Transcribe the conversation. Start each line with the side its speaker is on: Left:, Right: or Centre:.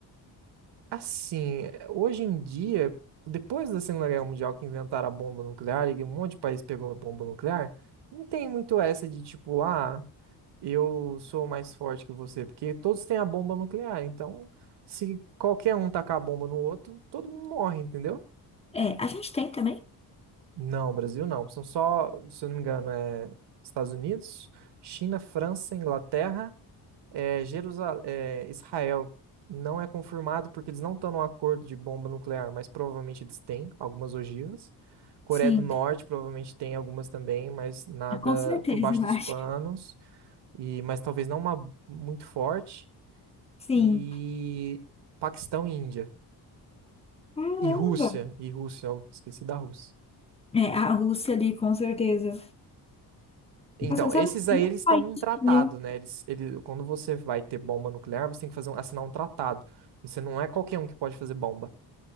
Right: assim, é, hoje em dia, depois da Segunda Guerra Mundial que inventaram a bomba nuclear e um monte de país pegou a bomba nuclear, não tem muito essa de tipo, ah. eu sou mais forte que você, porque todos têm a bomba nuclear, então se qualquer um tacar a bomba no outro, todo mundo morre, entendeu?
Left: É, a gente tem também.
Right: Não, Brasil não. São só, se eu não me engano, é Estados Unidos, China, França, Inglaterra, é, Jerusa- é, Israel. Não é confirmado porque eles não estão num acordo de bomba nuclear, mas provavelmente eles têm algumas ogivas. Coreia
Left: Sim.
Right: do Norte provavelmente tem algumas também, mas nada
Left: Ah, Com certeza,
Right: por baixo
Left: eu
Right: dos
Left: acho.
Right: panos e mas talvez não uma muito forte.
Left: Sim.
Right: e Paquistão e Índia.
Left: Caramba.
Right: E Rússia. E Rússia, eu esqueci da Rússia.
Left: É, a Rússia ali, com certeza.
Right: Então,
Left: Mas você não sabe
Right: esses
Left: que
Right: aí
Left: nenhum
Right: eles estão
Left: país
Right: num tratado,
Left: tinha. um-
Right: né? Eles, ele, quando você vai ter bomba nuclear, você tem que fazer um- assinar um tratado. Você não é qualquer um que pode fazer bomba.